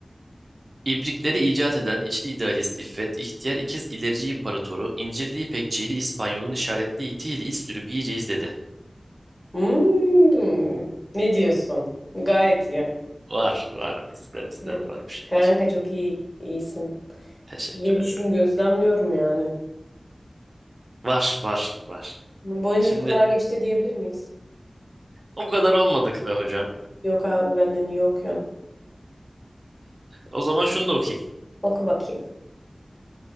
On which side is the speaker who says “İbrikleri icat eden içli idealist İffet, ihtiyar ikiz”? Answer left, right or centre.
Right